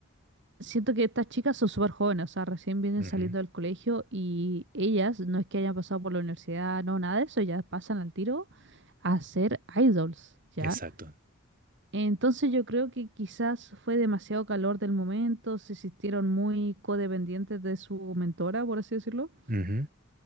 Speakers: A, on the right; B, on the right.
A: siento que estas chicas son súper jóvenes, o sea, recién vienen
B: Ujú,
A: saliendo del colegio y ellas no es que hayan pasado por la universidad, no, nada de eso, ya pasan al tiro a ser idols, ¿ya?
B: Exacto.
A: Entonces yo creo que quizás fue demasiado calor del momento, se sintieron muy codependientes de su mentora, por así decirlo,
B: Ujú,